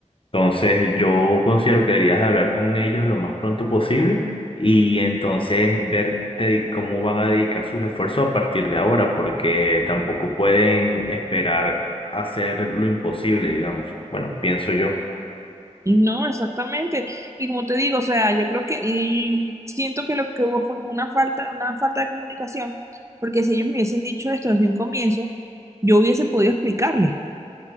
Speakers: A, on the left (about 45°); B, on the right (about 25°).
A: Entonces yo considero que deberías de hablar con ellos lo más pronto posible y entonces ver dedi- cómo van a dedicar sus esfuerzos a partir de ahora, porque tampoco pueden esperar hacer lo imposible, digamos. Bueno, pienso yo.
B: No, exactamente. Y como te digo, o sea, yo creo que y siento que lo que hubo fue como una falta, una falta de comunicación, porque si ellos me hubiesen dicho esto desde un comienzo, yo hubiese podido explicarles.